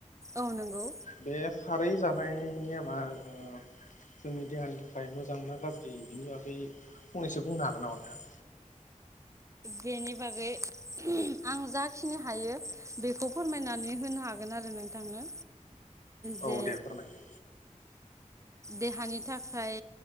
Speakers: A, on the right; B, on the left.
A: औ नंगौ
B: बे खारै जानाय नेमा जोंनि देहानि थाखाय मोजां ना गाज्रि बिनि बागै फंनैसो बुंनो हागोन नामा नोंथां
A: बेनि बागै आं जाखिनि हायो बेखौ फोरमायनानै होनो हागोन आरो नोंथांनो
B: औ
A: जे
B: दे फोरमायदो
A: देहानि थाखाय